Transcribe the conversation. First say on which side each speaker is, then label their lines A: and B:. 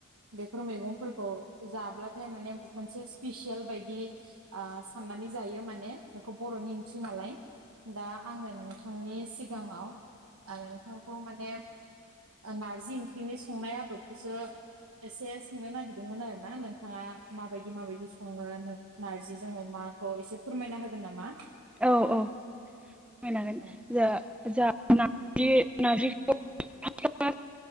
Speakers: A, on the right; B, in the centre.
A: बेफोर मैगंफोरखौ जा ब्लाथाय माने मोनसे स्पिसियेल बायदि साननानै जायो माने बेखौ बर'नि ओंख्रि नालाय दा आंङो नोंथांनि सिगांङाव आरो नोंथांखौ माने ओ नारजि ओंख्रिनि संनाय आदबखौसो एसे सोंनो नागिरदोंमोन आरो ना नोंथाङा माबायदि माबायदि सङो नों नार्जिजों अमाखौ एसे फोरमायना होगोन नामा
B: औ औ फोरमायनो हागोन
A: औ
B: जा जा‌ ना जि नारजिखौ <inaudible>